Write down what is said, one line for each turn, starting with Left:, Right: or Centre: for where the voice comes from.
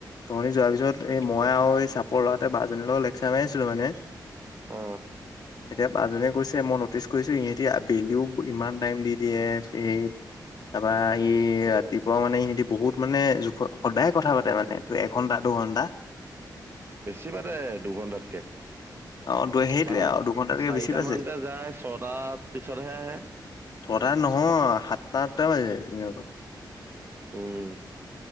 Left: তননি যোৱাৰ পিছত এই মই আৰু এই চাপৰ লৰা লেক চামাই আছিলো মানে।
Right: অ
Left: এতিয়া বাজনীয়ে কৈছে মনত কৰিছো ইহঁতি আবেলিও ইমান টাইম দি দিয়ে স তাৰপৰা ই ৰাতিপুৱা মানে সিহঁতি বহুত মানে জোখ সদায় কথা পাতে মানে তোৰ এঘন্টা <inaudible>
Right: বেছি পায় দে দুঘন্টাতকে।
Left: <inaudible> সেইটোয়ে
Right: তাহন
Left: আৰু দুঘন্টাতকে
Right: চাৰিটা
Left: বেছি পাইছে
Right: মানতে যায় ছটাৰ পিছতহে আহে।
Left: ছটা নহয় সাতটা আঠটা বাজি যায়।
Right: উম।